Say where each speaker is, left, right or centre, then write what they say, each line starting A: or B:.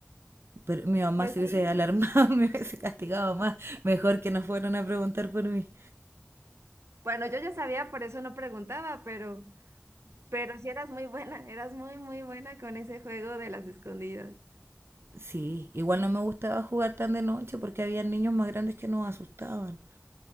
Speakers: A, on the right (about 60°); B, on the right (about 75°).
A: Pero mi mamá
B: Pues
A: se
B: sí.
A: hubiese alarmado, <laughs> me hubiese castigado más. Mejor que no fueran a preguntar por mí.
B: Bueno, yo ya sabía, por eso no preguntaba, pero... Pero sí eras muy buena, eras muy, muy buena con ese juego de las escondidas.
A: Sí, igual no me gustaba jugar tan de noche porque había niños más grandes que nos asustaban.